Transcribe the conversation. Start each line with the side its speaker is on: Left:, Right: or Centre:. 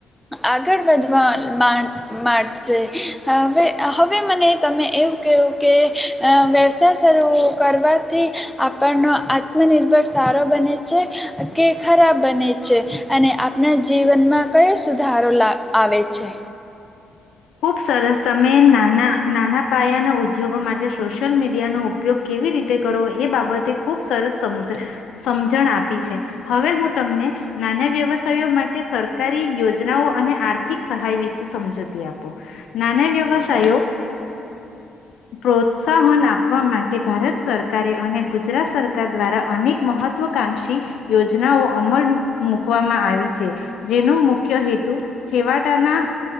Centre: આગળ વધવા મા માડશે હવે હવે મને તમે એવું કહેહું કે અ વ્યવસાય શરૂ કરવાથી આપણનો આત્મનિર્ભર સારો બને છે કે ખરાબ બને છે અને આપણા જીવ જીવનમાં કયો સુધારો લા આવે છે
Left: ખુબ સરસ તમે નાના નાના પાયાના ઉદ્યોગો માટે સોશિયલ મીડિયાનો ઉપયોગ કેવી રીતે કરો એ બાબતે ખૂબ સરસ સમ સમજણ આપી છે હવે હું તમને નાના વ્યવ વ્યવસાય માટે સરકારી યોજના યોજનાઓ અને આર્થિક સહાય વિશે સમજોતી આપ નાના વ્યવસાયો પ્રોત્સાહન આપવા માટે ભારત સરકારે અને ગુજરાત સરકાર દ્વારા અનેક મહત્વકાંક્ષી યોજનાઓ અમલ મુૂકવામાં આવી છે જેનો મુખ્ય હેતુ છેવાડાના